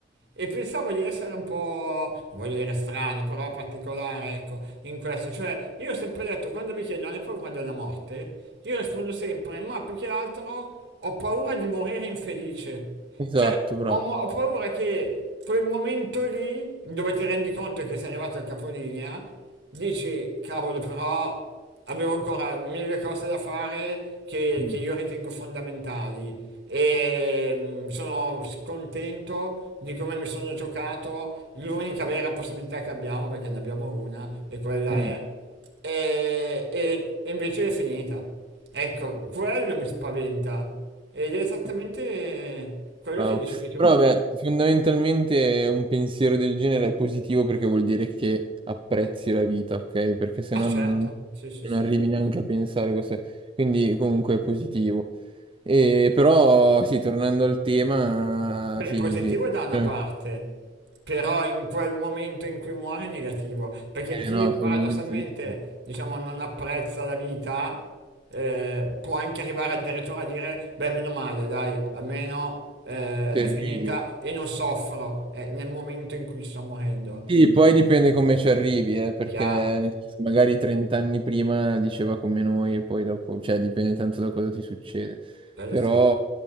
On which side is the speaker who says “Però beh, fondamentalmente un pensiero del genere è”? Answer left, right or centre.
Right